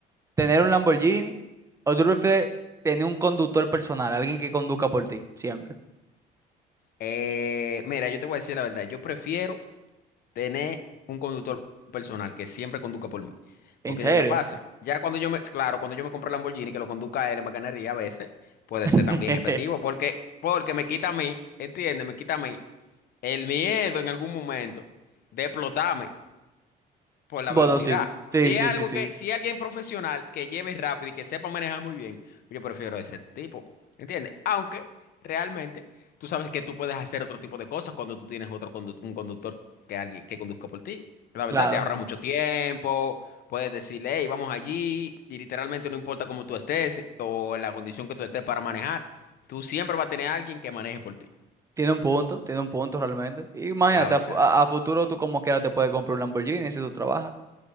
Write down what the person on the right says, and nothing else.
tener un Lamborghini o tú prefieres tener un conductor personal, alguien que conduzca por ti, siempre?
¿En
serio?
<laughs>
Bueno,
sí,
sí, sí,
sí, sí,
claro.
Tiene un punto, tiene un punto realmente. Imagínate,
a, fu- a- a futuro tú como quiera te puedes comprar un Lamborghini si tú trabajas.